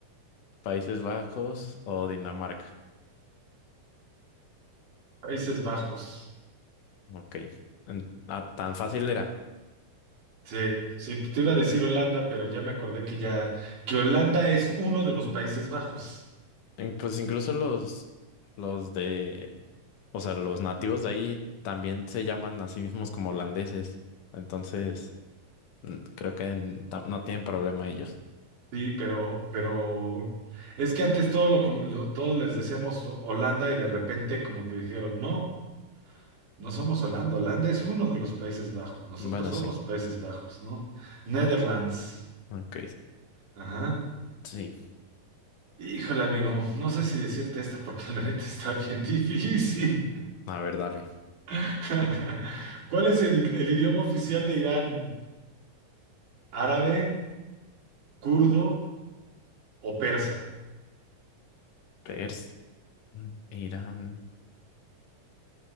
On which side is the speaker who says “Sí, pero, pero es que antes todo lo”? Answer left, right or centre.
Right